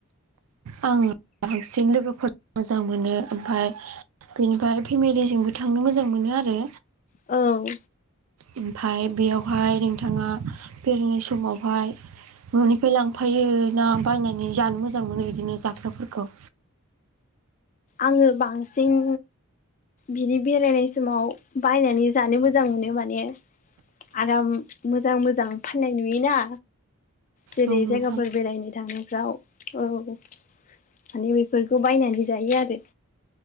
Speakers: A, on the right (about 75°); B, on the left (about 35°).
A: आं बांसिन लोगोफोर मोजां मोनो ओमफाय बेनिफ्राय फेमिलिजोंबो थांनो मोजां मोनो आरो
B: औ
A: ओमफाय बेयावहाय नोंथाङा बेरायनाय समावहाय न'निफ्राय लांफायो ना बायनानै जानो मोजां मोनो बिदिनो जाग्राफोरखौ
B: आङो बांसिन बिदि बेरायनाय समाव बायनानै जानो मोजां मोनो माने आराम मोजां मोजां फाननाय नुयोना जेरै
A: औ नोंथां
B: जायगाफोर बेरायनो थांनायफ्राव औ माने बेफोरखौ बायनानै जायो आरो